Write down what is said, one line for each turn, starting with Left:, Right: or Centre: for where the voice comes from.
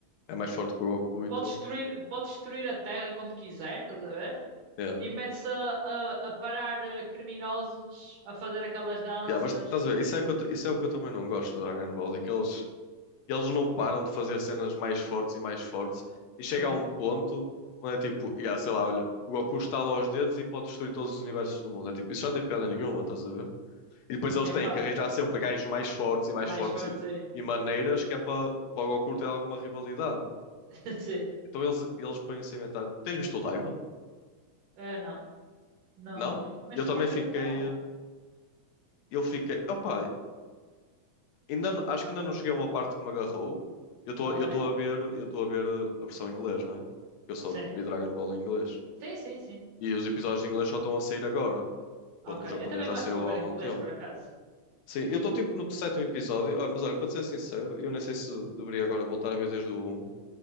Left: é mais forte que o Goku e
Right: pode
Left: tudo.
Right: destruir, pode destruir a Terra quando quiser, estás a ver?
Left: Yeah.
Right: E mete-se a, a, a parar eh, criminosos, a fazer aquelas danças.
Left: Yeah, mas estás a ver, isso é, que eu, t- isso é o que eu também não gosto no Dragon Ball, é que eles, eles não
Right: Os-
Left: param
Right: os-
Left: de fazer cenas mais fortes e mais fortes, e chega
Right: Sim.
Left: a um ponto onde é tipo, yeah, sei lá, olha, o Goku estala os dedos e pode destruir todos os universos do mundo. É tipo, isso já não tem piada nenhuma, estás a ver? E depois eles
Right: <laughs> Epá,
Left: têm que arranjar sempre gajos mais fortes e mais
Right: mais
Left: fortes
Right: fortes
Left: e,
Right: ainda.
Left: e maneiras que é para para o Goku ter alguma rivalidade.
Right: <laughs> Sim.
Left: Então eles, eles põem-se a inventar. Tens visto o Daima?
Right: Ah, não, não.
Left: Não?
Right: é- Mas
Left: Eu
Right: supostamente
Left: também fiquei.
Right: é bom.
Left: eh, Eu fiquei. Opa, ainda, não- acho que ainda não cheguei a uma parte que me agarrou. Eu estou
Right: Ok.
Left: eu estou a ver, eu estou a ver eh, a versão em inglês, né? Eu só
Right: Sim.
Left: vi Dragon Ball em inglês.
Right: Sim, sim, sim.
Left: E os episódios em inglês só estão a sair agora,
Right: Ok.
Left: quando o japonês
Right: Eu também
Left: já
Right: acho
Left: saiu
Right: que vou ver
Left: há algum
Right: em inglês,
Left: tempo.
Right: por acaso.
Left: Sim, eu estou tipo no sétimo episódio. Olha, mas olha, para te ser sincero, eu nem sei se deveria agora voltar a ver desde o um